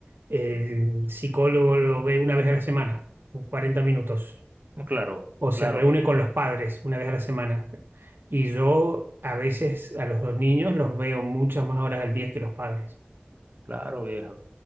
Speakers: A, on the right; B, on the right.
A: el psicólogo lo ve una vez a la semana, 40 minutos,
B: Claro,
A: o
B: claro,
A: se reúne con los padres una vez a la semana. Y yo a veces a los dos niños los veo muchas más horas al día que los padres.
B: claro, viejo.